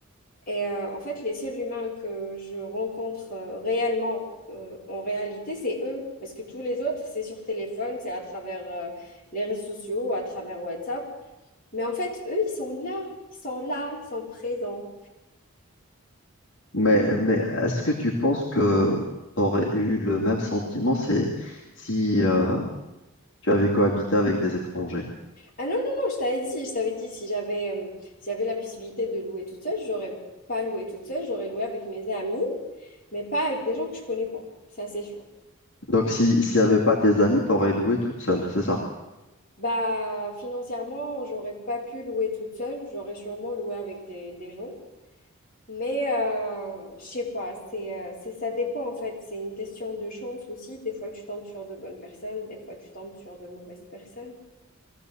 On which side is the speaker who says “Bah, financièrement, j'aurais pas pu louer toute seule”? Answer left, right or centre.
Left